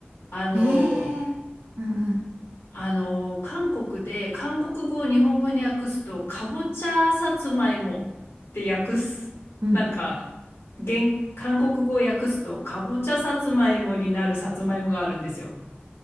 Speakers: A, on the left; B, on the right.
A: あの、
B: ええ、うん、うん、
A: あの、韓国で韓国語を日本語に訳すと、かぼちゃさつまいもって訳す、
B: うん。
A: なんか、現、韓国語を訳すと、かぼちゃさつまいもになるさつまいもがあるんですよ。